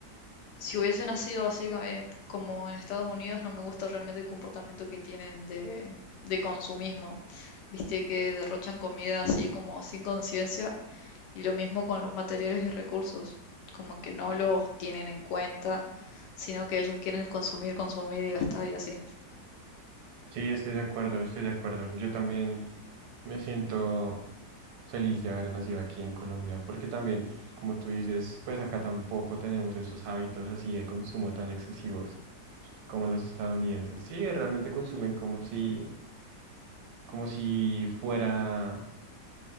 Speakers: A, on the left; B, on the right.
A: si hubiese nacido así co- eh, como en Estados Unidos, no me gusta realmente el comportamiento que tienen de, de consumismo. Viste que derrochan comida así como sin conciencia, y lo mismo con los materiales y recursos, como que no los tienen en cuenta, sino que ellos quieren consumir, consumir y gastar y así.
B: sí, estoy de acuerdo, estoy de acuerdo. Yo también me siento feliz de haber nacido aquí en Colombia, porque también, como tú dices, pues acá tampoco tenemos esos hábitos así de consumo tan excesivos como los estadounidenses. Sí, realmente consumen como si, como si fuera